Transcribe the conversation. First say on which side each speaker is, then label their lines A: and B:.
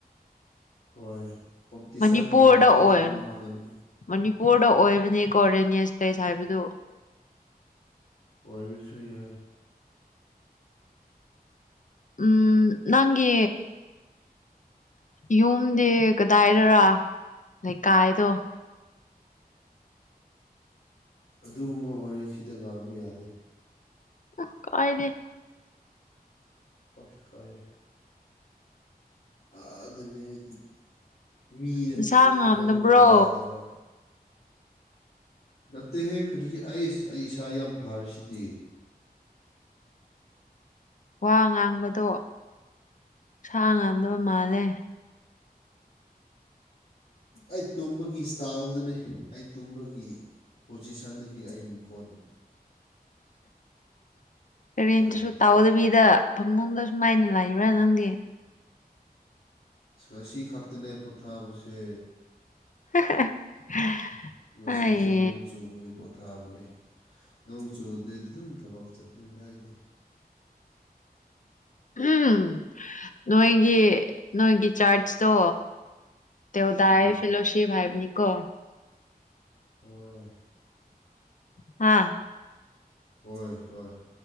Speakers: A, on the left; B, on the left.
A: ꯍꯣꯏ ꯀꯣꯝꯄꯤꯇꯤꯁꯟ
B: ꯃꯅꯤꯄꯨꯔꯗ
A: ꯌꯥꯎꯔꯗꯤ
B: ꯑꯣꯏ
A: ꯑꯗꯨꯝ ꯐꯒꯅꯤ
B: ꯃꯅꯤꯄꯨꯔꯗ ꯑꯣꯏꯕꯅꯤꯀꯣ ꯔꯦꯅꯤꯁ ꯄ꯭ꯂꯦꯁ ꯍꯥꯏꯕꯗꯨ
A: ꯑꯣꯏꯔꯁꯨ ꯌꯥꯏ
B: ꯎꯝ ꯅꯪꯒꯤ ꯌꯨꯝꯗꯤ ꯀꯗꯥꯏꯗꯔꯥ ꯂꯩꯀꯥꯏꯗꯣ
A: ꯑꯗꯨꯒꯨꯝꯕ ꯋꯥꯔꯤꯁꯤꯗ ꯉꯥꯡꯕ ꯌꯥꯗꯦ
B: ꯎ ꯀꯥꯏꯗꯦ
A: ꯑꯁ ꯀꯥꯏ ꯑꯥꯗꯅꯦ ꯑꯩꯗꯤ ꯃꯤꯖ‌ꯦ
B: ꯅꯁꯥ
A: ꯎꯠꯍꯧꯕ
B: ꯉꯥꯝꯗꯕ꯭ꯔꯣ
A: ꯌꯥꯗꯕ ꯅꯠꯇꯦꯍꯦ ꯀꯔꯤ ꯑꯩꯁ ꯑꯩ ꯏꯁꯥ ꯌꯥꯝ ꯐꯥꯔꯤꯁꯤꯗꯤ
B: ꯋꯥ ꯉꯥꯡꯕꯗꯣ ꯏꯁꯥ ꯉꯥꯡꯝꯗꯕ ꯃꯥꯜꯂꯦ
A: ꯑꯩ ꯇꯨꯝꯕꯒꯤ ꯏꯁꯇꯥꯥꯏꯜꯗꯅꯦ ꯑꯩ ꯇꯨꯝꯕꯒꯤ ꯄꯣꯖꯤꯁꯟꯗꯒꯤ ꯑꯩꯃꯨꯛ ꯍꯣꯠꯅꯒ <unintelligible>
B: ꯔꯦꯟ
A: ꯌꯥꯗꯕꯒꯤꯅꯤ
B: ꯇꯁꯨ ꯇꯑꯣꯗ <unintelligible> ꯄ ꯁꯤꯗ ꯐꯃꯨꯡꯗ ꯁꯨꯃꯥꯏꯅ ꯂꯩꯕ꯭ꯔꯥ ꯅꯪꯗꯤ
A: ꯑꯁ ꯉꯁꯤ ꯈꯛꯇꯅꯦ ꯄꯣꯊꯥꯕꯁꯦ
B: <unintelligible>
A: ꯉꯁꯤꯁꯨ
B: ꯑꯩ
A: ꯅꯣꯡ ꯆꯨꯕꯒꯤ ꯄꯣꯊꯥꯕꯅꯦ ꯅꯣꯡ ꯆꯨꯗꯔꯗꯤ ꯑꯗꯨꯝ ꯊꯕꯛ ꯆꯠꯄ ꯄ꯭ꯅꯤꯗ ꯑꯩꯗꯤ
B: ꯎꯝ ꯅꯣꯏꯒꯤ ꯅꯣꯏꯒꯤ ꯆꯥꯔꯖꯇꯣ ꯇꯣ ꯗꯏꯌꯦ
A: ꯎꯝ
B: ꯐꯤꯂꯣ ꯁꯤ <unintelligible> ꯍꯥꯏꯥꯏꯅꯤ ꯀꯣ
A: ꯍꯣꯏ
B: ꯍꯥꯥ
A: ꯍꯣꯏ ꯍꯣꯏ